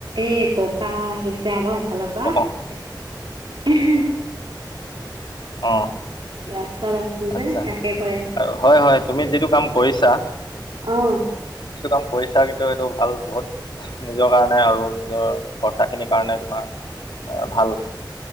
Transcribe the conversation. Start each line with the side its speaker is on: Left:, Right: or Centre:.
Right: এ ককা আহিছে আকৌ এফালৰ পৰা
Left: অঁ
Right: হে হে হে
Left: অঁ
Right: ৰাস্তাত আছো
Left: আচ্ছা
Right: যে তাকে কৈ আছ
Left: আৰু হয় হয় তুমি যিটো কাম কৰিছা
Right: অঁ
Left: যিটো কাম কৰিছা কিন্তু সেইটো ভাল বহুত নিজৰ কাৰণে আৰু নিজৰ খৰচাখিনিৰ কাৰণে তোমাৰ আহ ভাল